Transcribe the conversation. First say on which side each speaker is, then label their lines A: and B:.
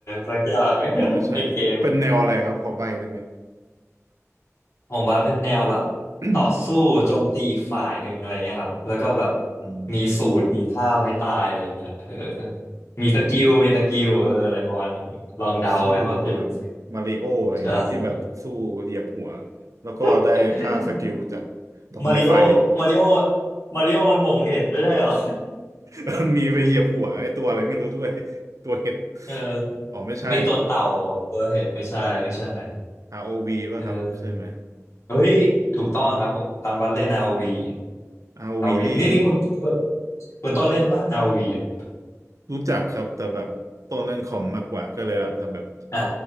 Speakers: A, on the left; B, on the right.
A: สักอย่าง <laughs>
B: ผมไม่ใช่เป็นแนวอะไรครับพอใบได้ไหม
A: ในเกมของบาสเป็นแนวแบบ
B: <coughs> อืม
A: ต่อสู้โจมตีอีกฝ่ายหนึ่งอะไรเงี้ยครับแล้วก็แบบ
B: อื
A: มีสูตรมีท่าไม่ตายอะไรเงี้ยเออมีสกิลมีสกิลเอออะไรประมาณนี้ลองเดาไหมว่าคืออะไร
B: มอืมต่อสู้ครับมาริโออะไรอย่างเงี้ยที่แบบสู้เหยียบหัว
A: ใช่
B: แล้วก็ได้ท่าสกิลจาก
A: <laughs>
B: ดอกไม้ไฟ
A: มาริโอมาริโอมาริโอมันหม่งเห็ดไม่ใช่เหรอ
B: มันมีไปเหยียบหัวไอ้ตัวอะไรไม่รู้ด้วยตัวเห็ด
A: เออ
B: อ๋อไม่ใช่
A: มีตัวเต่าตัวเห็ดไม่ใช่ไม่ใช่
B: ROV ป่ะครับใช่ไหม
A: เออเฮ้ยถูกต้องครับผมบันบันเล่น ROV r วี
B: ROV
A: อาร์โอวีนี่นี่คุณคุณ
B: นี่
A: คุณต้นเล่นป่ะ r วีอ่ะ
B: รู้จักครับแต่แบบต้นเล่นคอมมากกว่าก็เลยอะแต่แบบ
A: อ่า